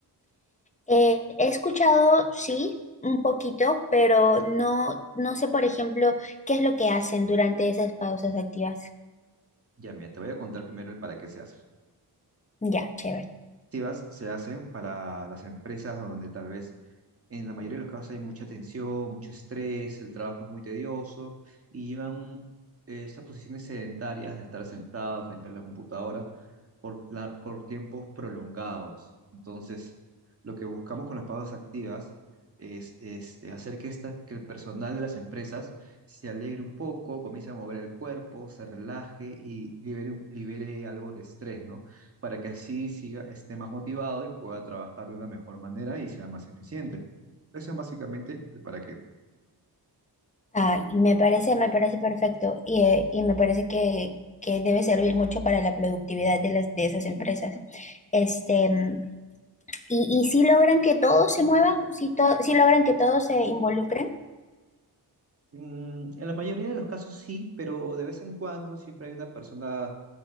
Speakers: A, on the left; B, on the right.
A: Eh, he escuchado, sí, un poquito, pero no, no sé, por ejemplo, qué es lo que hacen durante esas pausas activas.
B: Ya, mira, te voy a contar primero el para qué se hacen.
A: Ya, chévere.
B: activas se hacen para las empresas donde tal vez en la mayoría de los casos hay mucha tensión, mucho estrés, el trabajo es muy tedioso y llevan eh, estas posiciones sedentarias de estar sentado frente a la computadora por, la- por tiempos prolongados. Entonces, lo que buscamos con las pausas activas es este, hacer que, esta, que el personal de las empresas se alegre un poco, comience a mover el cuerpo, se relaje y libere, libere algo de estrés, ¿no? para que así siga, esté más motivado y pueda trabajar de una mejor manera y sea más eficiente. Eso es básicamente para qué.
A: Ah, y me parece, me parece perfecto y, eh, y me parece que, que debe servir mucho para la productividad de las, de esas empresas. Este, mm, y, y si logran que todos se muevan, si, to- si logran que todos se involucren.
B: Mm, en la mayoría de los casos sí, pero de vez en cuando siempre hay una persona,